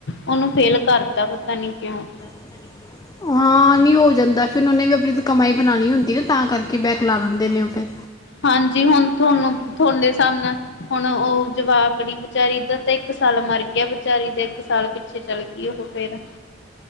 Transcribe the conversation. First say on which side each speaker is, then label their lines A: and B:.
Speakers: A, on the left; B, on the left.
A: ਉਹਨੂੰ ਫੇਲ ਕਰਤਾ। ਪਤਾ-ਪਤਾ, ਨੀ ਕਿਉਂ?
B: ਸਹੀ ਕਹਿ ਰਹੇ ਹੋ। ਹਾਂ ਨੀ ਹੋ ਜਾਂਦਾ ਫਿਰ ਉਹਨੇ ਵੀ ਆਪਣੀ ਕਮਾਈ ਬਣਾਉਣੀ ਹੁੰਦੀ ਨਾ ਤਾਂ ਕਰਕੇ ਬੈਕ ਲਾ ਦਿੰਦੇ ਨੇ ਉਹ ਫਿਰ।
A: ਹਾਂਜੀ, ਹੁਣ ਤੁਹਾਨੂੰ ਤੁਹਾਡੇ ਹਿਸਾਬ ਨਾਲ ਹੁਣ ਉਹ ਜਵਾ ਕੜੀ ਵਿਚੇਚਾਰੀ ਦਾ ਤੇ ਇੱਕ ਸਾਲ ਮਰ ਗਿਆ ਵਿਚਚਾਰੀ ਦੇ ਇੱਕ ਸਾਲ ਪਿੱਛੇ ਪਿੱਛੇ ਚੱਲ ਗਈ ਉਹ ਫੇਰ।